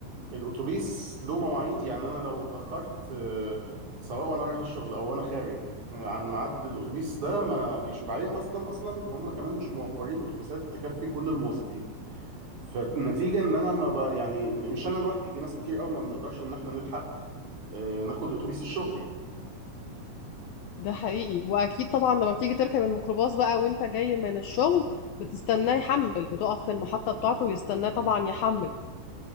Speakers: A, on the right; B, on the left.
A: الاتوبيس له مواعيد يعني انا لو اتاخرت آه، سواء وانا رايح الشغل او وانا خارج آه، عن ميعاد الاتوبيس ده ما فيش وبعدين اصلا اصلا هم كمان مش موفرين اتوبيسات تكفي كل الموظفين فالنتيجه ان انا ما ب... يعني م- مش انا لوحدي في ناس كتير قوي ما بنقدرش ان احنا نلحق آه، ناخد اتوبيس الشغل يعني
B: ده حقيقي واكيد طبعا لما بتيجي تركب الميكروباص بقى وانت جاي من الشغل بتستناه يحمل بتقف في المحطة بتاعته ويستناه طبعا يحمل